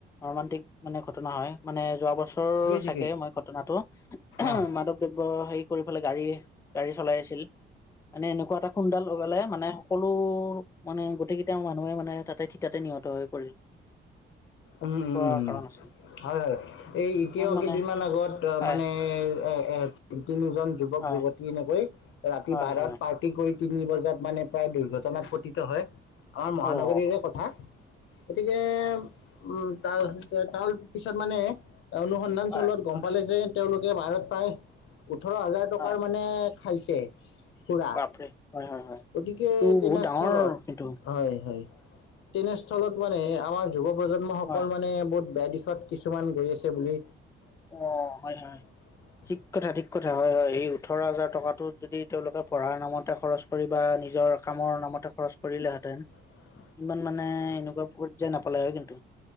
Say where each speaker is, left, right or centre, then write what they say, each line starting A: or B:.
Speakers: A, on the left (about 15°); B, on the left (about 80°).
A: মৰ্মান্তিক মানে ঘটনা হয়। মানে যোৱা বছৰ
B: ঠিকেই ঠিকেই
A: চাগে মই ঘটনাটো
B: অঁ
A: মাদক, ব্য হেৰি কৰি পেলাই গাড়ী গাড়ী চলাই আছিল। মানে এনেকুৱা এটা খুন্দাল লগালে মানে সকলো মানে গোটেই কেইটা মানুহে মানে তাতে, থিটাতে নিহত হৈ পৰিল।
B: উম
A: এনেকুৱা
B: উম
A: কাৰণ
B: উ
A: আছে
B: হয় এই এতিয়াও
A: ইমান মানে
B: কেইদিনমান আগত
A: হয়
B: মানে এ এ তিনিজন যুৱক
A: হয়
B: যুৱতী, তেনেকৈ ৰাতি
A: হয়
B: বাৰত
A: হয়
B: পাৰ্টি কৰি তিনি বজাত মানে প্ৰায় দুৰ্ঘটনাত পটিত হয়। আমাৰ মহানগৰিৰে
A: অ হয়
B: কথা গতিকে? উম তাৰ তাৰ পিছত মানে অনুসন্ধান
A: হয়
B: চলোৱাত গম পালে যে, তেওঁলোকে বাৰত প্ৰায় ওঠৰ হাজাৰ টকাৰ
A: হয়
B: মানে খাইছে। পুৰা
A: বাপৰে হয় হয় হয়
B: গতিকে
A: এইটো
B: তেনেস্থলত
A: বহুত ডাঙৰ কিন্তু
B: হয় হয়, তেনেস্থলত মানে আমাৰ যুৱ প্ৰজন্ম সকল
A: হয়
B: মানে বহুত বেয়া দিশত কিছু কিছুমান গৈ আছে বুলি,
A: অ হয় হয়।
B: অ
A: ঠিক কথা ঠিক কথা হয় এই ওঠৰ হাজাৰ টকা যদি তেওঁলোকে পঢ়াৰ নামতে খৰচ, কৰি বা নিজৰ কামৰ নামতে খৰচ কৰিলেহেঁতেন।
B: অ
A: ইমান মানে এনেকুৱা পৰ্যায় নাপালে হয় কিন্তু,